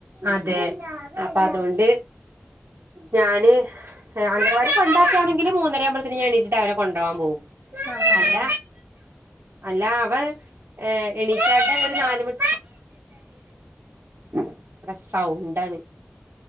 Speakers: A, on the right; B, on the left.
A: അതെ അപ്പൊ അതോണ്ട് ഞാന് അംഗനവാടി കൊണ്ടാക്കണെങ്കിൽ മൂന്നര ആവു പിന്നെ ഞാൻ എണീറ്റിട്ട് അവരെ കൊണ്ടു പോവാൻ പോവും
B: ആഹാ
A: അല്ല
B: ഹാ ഹാ
A: അല്ല അവൻ ഏഹ് എണീച്ചാണ്ട ഒരു നാല് മണി ഇവിടെ സൗണ്ടാണ്